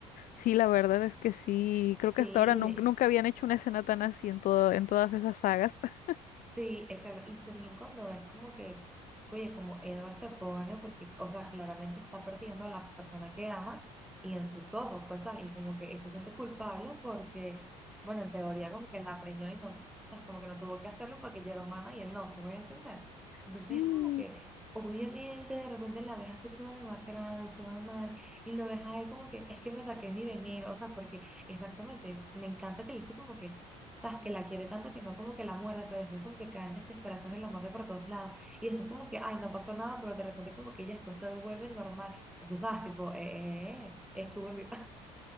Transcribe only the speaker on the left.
Sí, la verdad es que sí, creo que
hasta ahora
nun-
nunca habían hecho una escena tan así en todo, en todas esas sagas. <laughs>
Sí.